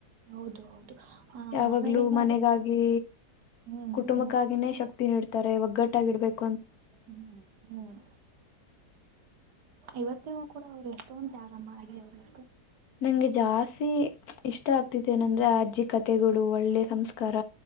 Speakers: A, on the right (about 80°); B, on the left (about 65°).
A: ಹೌದು. ಆ
B: ಯಾವಾಗ್ಲೂ
A: ಆಮೇಲೆ ನಾವು
B: ಮನೆಗಾಗಿ
A: ಹ್ಮ್
B: ಕುಟುಂಬಕ್ಕಾಗಿನೇ
A: ಹ್ಮ್
B: ಶಕ್ತಿ ನೀಡ್ತ ತರೆ ಒಗ್ಗಟ್ಟಾಗಿಡ್ಬೇಕ್
A: ಹ್ಮ್ ಹ್ಮ್ ಇವತ್ತಿಗೂ ಕೂಡ ಅವ್ರು ಎಷ್ಟೊಂದು ತ್ಯಾಗ ಮಾಡಿ ಅವ್ರೆ.
B: ನಂಗೆ ಜಾಸ್ತಿ ಇಷ್ಟ ಆಗ್ತಿದೆನ್ ಅಂ ಅಂದ್ರೆ ಅಜ್ಜಿ ಕತೆಗಳು ಒಳ್ಳೆ ಸಂಸ್ ಕಾರ